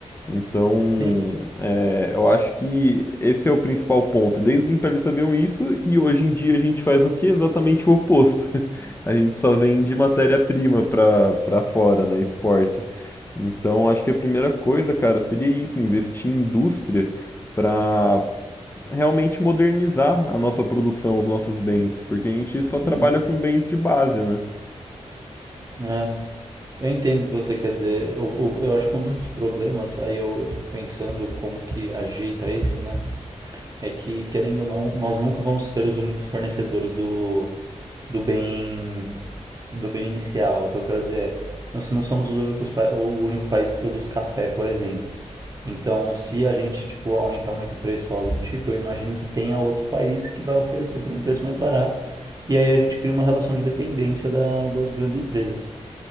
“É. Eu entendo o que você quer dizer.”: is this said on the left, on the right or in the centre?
Right